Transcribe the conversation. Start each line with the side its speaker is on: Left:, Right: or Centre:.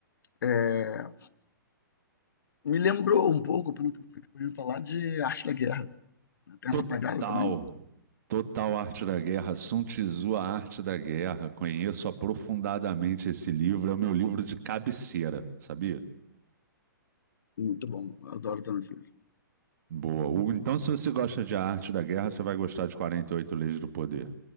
Left: É, Me lembrou um pouco, pelo que você acabou de falar, de Arte da Guerra. Tem
Right: Total.
Left: essa pegada também?
Right: Total Arte da Guerra, Sun Tzu, A Arte da Guerra. Conheço aprofundadamente esse livro, é o meu livro de cabeceira, sabia?
Left: Muito bom, eu adoro também esse livro.
Right: Boa. Hugo, Então, se você gosta de A Arte da Guerra, você vai gostar de 48 Leis do Poder.